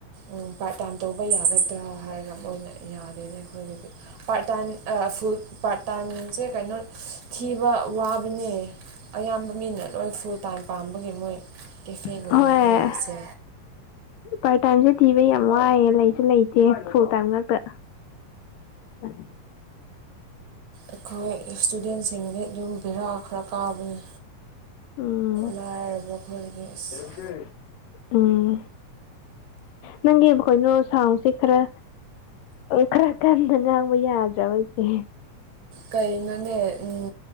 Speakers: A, on the right (about 60°); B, on the left (about 75°).
A: ꯎꯝ ꯄꯥꯔꯠ ꯇꯥꯏꯝ ꯇꯧꯕ ꯌꯥꯒꯗ꯭ꯔꯥ ꯍꯥꯏꯔ ꯒ ꯃꯣꯏꯅ ꯌꯥꯗꯦꯅꯦ ꯑꯈꯣꯏꯒꯤꯗꯤ ꯄꯥꯔꯠ ꯇꯥꯏꯝ ꯑ ꯐꯨꯜ ꯄꯥꯔꯠ ꯇꯥꯏꯝꯁꯦ ꯀꯩꯅꯣ ꯊꯤꯕ ꯋꯥꯕꯅꯦ ꯑꯌꯥꯝꯕ ꯃꯤꯅ ꯂꯣꯏ ꯐꯨꯜ ꯇꯥꯏꯝ ꯄꯥꯝꯕꯒꯤ ꯃꯣꯏ ꯀꯦꯐꯦꯒꯨꯝꯕ
B: ꯍꯣꯏ
A: ꯑꯗꯨꯒꯨꯝꯕꯁꯦ
B: ꯄꯥꯔꯠ ꯇꯥꯏꯝꯁꯦ ꯊꯤꯕ ꯌꯥꯝ ꯋꯥꯏꯌꯦ ꯂꯩꯁꯨ ꯂꯩꯇꯦ ꯐꯨꯜ ꯇꯥꯏꯝ ꯉꯥꯛꯇ ꯍꯨꯝ
A: ꯑꯩꯈꯣꯏ ꯏꯁꯇꯨꯗꯦꯟꯁꯤꯡꯗꯤ ꯑꯗꯨꯝ ꯚꯦꯔꯥ ꯈꯔ ꯀꯥꯕꯅꯤ
B: ꯎꯝ
A: ꯂꯥꯏꯔꯕ ꯑꯈꯣꯏꯒꯤꯗꯤ ꯏꯁ
B: <unintelligible> ꯎꯝ ꯅꯪꯒꯤ ꯀꯩꯅꯣ ꯁꯥꯎꯟꯁꯦ ꯈꯔ ꯈꯔ ꯀꯟꯗ ꯉꯥꯡꯕ ꯌꯥꯗ꯭ꯔꯕꯆꯦ
A: ꯀꯩꯅꯣꯅꯦ ꯎꯝ